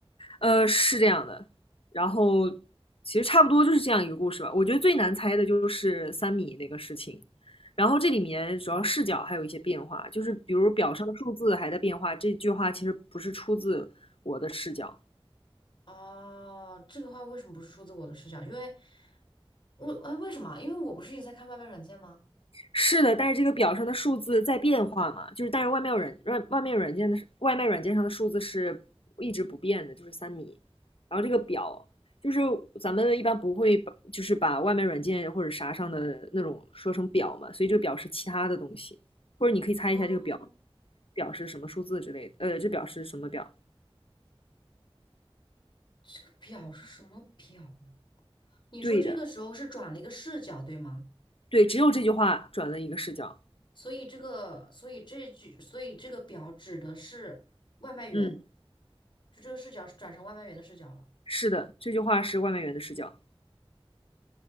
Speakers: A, on the left; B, on the left.
A: 呃，是这样的。然后其实差不多就是这样一个故事吧。我觉得最难猜的就是三米那个事情。然后这里面主要视角还有一些变化，就是比如表上的数字还在变化。这句话其实不是出自我的视角，
B: 哦，这个话为什么不是出自我的视角？因为为哎，为什么？因为我不是一直在看外卖软件吗？
A: 是的，但是这个表上的数字在变化嘛，就是但是外卖软外外卖软件的外卖软件上的数字是一直不变的，就是三米。然后这个表就是咱们一般不会把就是把外卖软件或者啥上的那种说成表嘛，所以这个表是其他的东西，或者你可以猜一下这个表
B: 哦，
A: 表示什么数字之类的，呃，这表示什么表？
B: 这个表是什么表啊你说这个时候是转了一个视角，
A: 对的，
B: 对吗？
A: 对，只有这句话转了一个视角。
B: 所以这个，所以这句，所以这个表指的是外卖员，
A: 嗯，
B: 就这个视角是转成外卖员的视角了。
A: 是的，这句话是外卖员的视角。